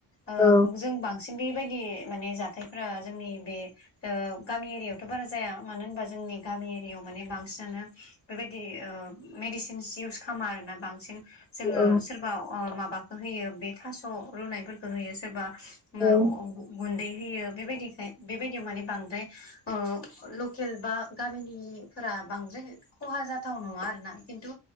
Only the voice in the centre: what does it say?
औ
औ
औ